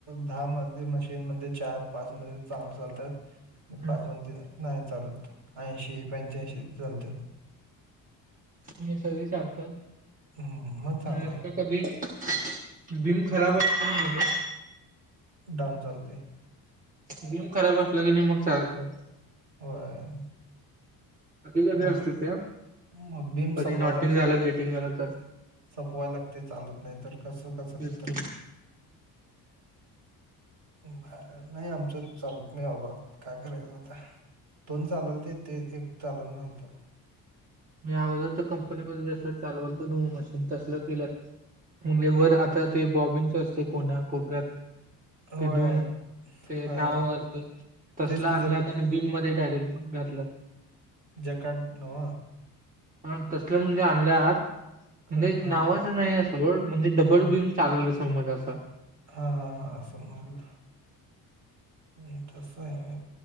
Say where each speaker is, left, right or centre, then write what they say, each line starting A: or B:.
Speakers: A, on the right; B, on the right.
A: दहा मध्ये मशीन मध्ये चार-पाच मध्ये चांगली चालतात. आणि
B: हम्म
A: पाच मधी नाही चालत ऐंशी, पंच्याऐंशी चालत. <inaudible>
B: मी सगळी चालतात
A: हम्म मग चांगला
B: नुसतं
A: आहे.
B: कधी? दिल थोड्या वेळाने <inaudible> <unintelligible>
A: डाऊन चालते.
B: बिम खराब असला की नाही मग चालत नाही.
A: होय.
B: कधी कधी
A: म
B: असते ते
A: म बीम
B: कधी
A: सपवाय
B: नॉटिंग
A: लाग
B: झालं गेटिंग झालं तर
A: सपवाय लागते चालत नाही तर कसं-कसं
B: तेच
A: तर.
B: की.
A: <unintelligible> नाही आमच्यात चालत नाही बाबा काय करायचं आता. दोन चालवल ते ते एक चालवून नव्हतं.
B: मी अगोदरच कंपनी मध <unintelligible> जसल चालवालत नऊ मशीन तसल केलं. म्हणजे वर आता ते बॉबिनचं असते कोणा कोपऱ्यात ते
A: होय
B: दोन ते
A: हा
B: नाव तसला
A: तेच की
B: आणल्यात
A: ज-
B: आणि बीम मध्ये डायरेक्ट घातलं.
A: जकाट नव.
B: हा तसलं म्हणजे आणल्यात
A: ख-
B: म्हणजे
A: हा
B: नावाचं नाही आहे सोड म्हणजे डबल
A: हा
B: बीम चागलं समज असा.
A: हा हा हा समजलं. हम् तस आहे.